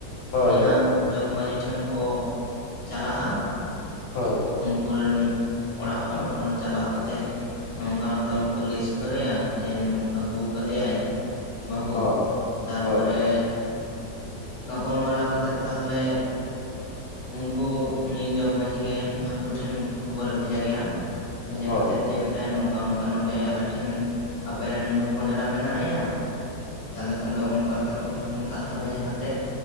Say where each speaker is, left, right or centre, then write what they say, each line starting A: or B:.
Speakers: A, on the left; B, on the left.
A: ᱦᱳᱭ
B: ᱩᱱᱤ ᱦᱟᱸᱜ
A: ᱦᱳᱭ
B: ᱡᱚᱜᱽ ᱢᱟᱺᱡᱷᱤ ᱴᱷᱮᱱ ᱠᱚ ᱪᱟᱞᱟᱜ-ᱟ,
A: ᱦᱳᱭ
B: ᱩᱱᱠᱚ ᱨᱮᱱ ᱚᱲᱟᱜ ᱦᱚᱲ ᱪᱟᱞᱟᱣ ᱠᱟᱛᱮᱫᱼᱼ ᱱᱚᱝᱠᱟ ᱚᱱᱠᱟ ᱩᱱᱠᱩ ᱞᱟᱹᱭ ᱥᱚᱫᱚᱨ ᱟᱭᱟ ᱡᱮ ᱱᱚᱝᱠᱟ ᱟᱹᱜᱩ ᱠᱟᱫᱮᱭᱟᱭᱼᱼ ᱵᱟᱹᱦᱩ
A: ᱦᱳᱭ
B: ᱛᱟᱨᱯᱚᱨᱮ
A: ᱦᱳᱭ
B: ᱜᱟᱯᱟᱞᱢᱟᱨᱟᱣ ᱠᱟᱛᱮᱜ ᱛᱟᱦᱚᱞᱮᱼᱼ ᱩᱱᱠᱩ ᱩᱱᱤ ᱡᱚᱜᱽ ᱢᱟᱺᱡᱷᱤ ᱜᱮ ᱦᱟᱱᱠᱩ ᱴᱷᱮᱱ ᱠᱷᱚᱵᱚᱨᱮ ᱵᱷᱮᱡᱟ ᱠᱮᱭᱟ᱾ ᱵᱷᱮᱡᱟ
A: ᱦᱳᱭ
B: ᱠᱟᱛᱮᱫ ᱡᱮ ᱢᱮᱛᱟᱭᱟ ᱱᱚᱝᱠᱟ ᱚᱱᱠᱟ ᱱᱚᱸᱰᱮ ᱟᱞᱮ ᱴᱷᱮᱱ ᱟᱯᱮᱨᱮᱱ ᱦᱚᱯᱚᱱ ᱮᱨᱟ ᱢᱮᱱᱟᱭᱟ ᱾ ᱛᱟᱦᱚᱞᱮ ᱠᱷᱟᱱ ᱫᱚ ᱚᱱᱠᱟ ᱞᱮᱠᱟ ᱩᱱᱠᱩ ᱴᱷᱮᱱ ᱠᱟᱛᱷᱟ ᱵᱷᱮᱡᱟ ᱠᱟᱛᱮᱫ